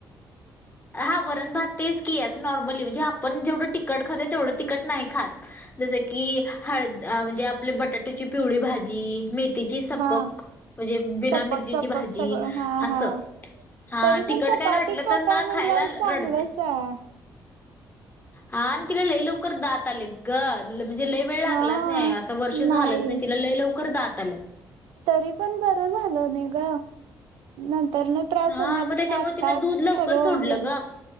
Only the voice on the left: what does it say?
हा वरण भात तेच की, असं नॉर्मली म्हणजे आपण जेवढं तिकट खातो, तेवढं तिखट नही खात. जस की हळ म्हणजे आपली बटाट्याची पिवळी भाजी, मे तीची सपक,
म्हणजे बिना
मिरचीची
भाजी
असं.
हां
तिखट
काय घातलं
तर ना
खायला,
रडत्या.
हां अन तिला लय लवकर दात आलेत ग, म्हणजे लय वेळ लागलाच
नही, असं वर्ष झालंच
व्हय तिला लय लकर दात आल्यात.
हा
मग त्याच्यामुळे
तिनं दूध लवकर
सोडलं
ग